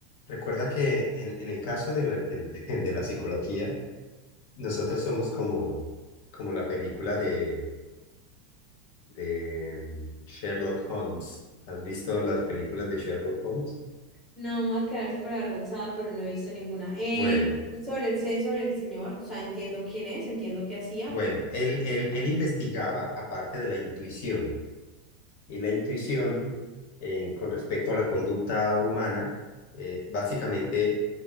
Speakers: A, on the left; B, in the centre.
A: recuerda que en, en el caso de la, del- <laughs> de la psicología, nosotros somos como, como la película de de mm, Sherlock Holmes. ¿Has visto las películas de Sherlock Holmes?
B: No, me voy a quedar súper avergonzada, pero no he visto ninguna. Eh,
A: Bueno,
B: sobre el, sé sobre el señor, o sea, entiendo quién es, entiendo qué hacía,
A: bueno,
B: pero...
A: él, él, él investigaba aparte de la intuición y la intuición eh, con respecto a la conducta humana, eh, básicamente